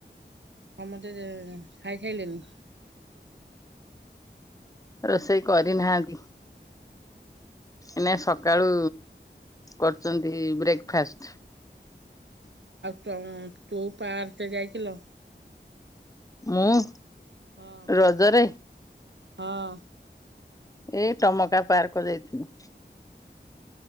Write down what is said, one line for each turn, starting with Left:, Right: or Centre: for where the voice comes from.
Right: ସମତେ ଖାଇ ଖାଇସାଇଲେଣି?
Left: ରୋଷେଇ କରିନାହାନ୍ତି। ଏଇନା ସକାଳୁ କରୁଛନ୍ତି ବ୍ରେକ୍ଫାଷ୍ଟ।
Right: ତମେ କୋଉ ପାର୍କ ଯାଇଥିଲ।
Left: ମୁଁ
Right: ହଁ
Left: ରଜରେ
Right: ହଁ।
Left: ଏଇ ଟମକା ପାର୍କ ଯାଇଥିନି।